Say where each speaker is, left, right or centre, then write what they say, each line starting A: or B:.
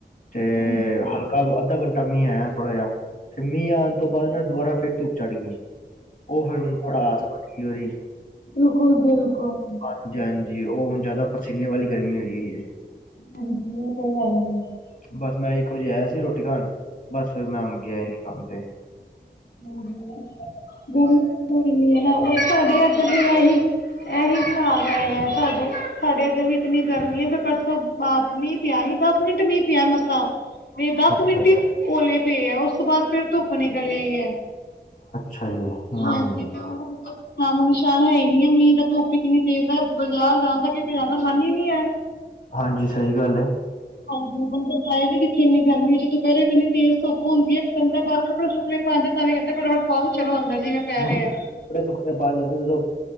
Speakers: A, on the left (about 55°); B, on the left (about 80°).
A: ਤੇ
B: ਹਾਂਜੀ
A: ਹਲ ਕ ਅਧਾ ਘੰਟਾ ਮੀਂਹ ਆਇਆ ਥੋੜਾ ਜਿਹਾ ਫਿਰ ਮੀਂਹ ਆਣ ਤੋਂ ਬਾਅਦ ਨਾ ਦੁਬਾਰਾ ਫਿਰ ਧੁੱਪ ਚੜ੍ਹ ਗਈ। ਉਹ ਫੇਰ ਹੁਣ ਪੜਾਸ ਬਣਗੀ ਉਦੀ।
B: ਬਿਲਕੁਲ-ਬਿਲਕੁਲ।
A: ਹਾਂਜੀ -ਹਾਂਜੀ, ਉਹ ਹੁਣ ਜ਼ਿਆਦਾ ਪਰਸੀਨੇ ਵਾਲੀ ਗਰਮੀ ਹੋਈ ਹੁਈ ਏ।
B: ਹਾਂਜੀ, ਉਹ ਤੇ ਹੈ ਹੀ ਏ।
A: ਬਸ ਮੈਂ ਇੱਕ ਵਜੇ ਆਇਆ ਸੀ ਰੋਟੀ ਖਾਣ, ਬਸ ਫਿਰ ਮੈਂ ਹੁਣ ਗਿਆ ਈ ਨੀ ਕੰਮ ਤੇ।
B: <unintelligible> ਇਹੀ ਹਿਸਾਬ ਏ ਹੈ ਸਾਡੇ, ਸਾਡੇ ਇੱਧਰ ਵੀ ਇਤਨੀ ਗਰਮੀ ਹੈ ਤੇ ਪਰਸੋਂ ਬਾਪ ਮੀਂਹ ਪਿਆ ਸੀ, ਦਸ ਮਿੰਟ ਮੀਂਹ ਪਿਆ ਮੱਸਾ। ਤੇ ਦਸ
A: ਅੱਛਾ
B: ਮਿੰਟ
A: ਜੀ,
B: ਓਲੇ ਪਏ ਉਸ ਤੋਂ ਬਾਅਦ ਫੇਿਰ ਧੁੱਪ ਨਿਕਲੀ ਆਈ ਏ।
A: ਅੱਛਾ ਜੀ। ਹਮ
B: ਹਾਂਜੀ, <inaudible> ਨਾਮੋ ਨਿਸ਼ਾਨ ਹੈਈ ਨੀ ਏ ਮੀਂਹ ਦਾ, ਧੁੱਪ ਇਤਨੀ ਤੇਜ਼ ਹੈ, ਬਜ਼ਾਰ ਜਾਂਣ ਦਾ ਕਿਤੇ ਜਾਂਣ ਦਾ ਮਨ ਹੀ ਨੀ ਏ।
A: ਹਾਂਜੀ, ਸਹੀ ਗੱਲ ਏ।
B: ਹਾਂਜੀ, ਬੰਦਾ ਜਾਏ ਵੀ ਕਿੱਥੇ ਇੰਨੀ ਗਰਮੀ ਚ' ਦੋਪੈਰੀ ਇਤਨੀ ਤੇਜ਼ ਧੁੱਪ ਹੁੰਦੀ ਹੈ, ਬਦਾ ਬਾਹਰ ਕੱੜੇ ਸੁੱਕਣੇ ਪੰਜ ਤਾਂ ਵੀ ਕਹਿੰਦੇ ਫਟਾਫਟ ਪਾਉ ਤੇ ਚਲੋ ਅਂਦਰ ਜੀਵੇਂ ਪੈ
A: ਨਹੀਂ
B: ਰਿਆ।
A: ਕੱਪੜੇ ਸੁੱਕਣੇੇ ਪਾਉਣ ਜਾਂਦੇ ਉਦੋਂ